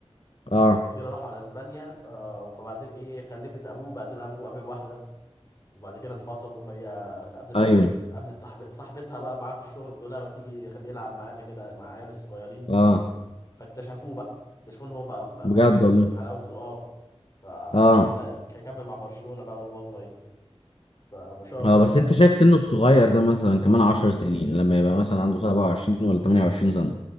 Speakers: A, on the left (about 60°); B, on the left (about 30°).
A: اه
B: كده راحوا على اسبانيا آه، فبعدين ايه خلفت ابوه بعدين ابوه قابل واحده وبعد كده انفصلوا فهي قابلت
A: ايوه
B: صاحبت قابلت صاحب صاحبتها بقى معاه في الشغل بتقول لها ما تيجي خليه يلعب معانا كده مع عيال الصغيرين
A: اه
B: فاكتشفوه بقى اكتشفوه ان هو بقى ماهر
A: بجد
B: وحلاوته
A: والله
B: اه فبعد
A: اه
B: كده كمل مع برشلونه بقى وهو صغير فما شاء الله
A: اه بس
B: يعني
A: انت شايف سنه الصغير ده مثلا كمان عشر سنين لما يبقى مثلا عنده 27 ولا 28 سنة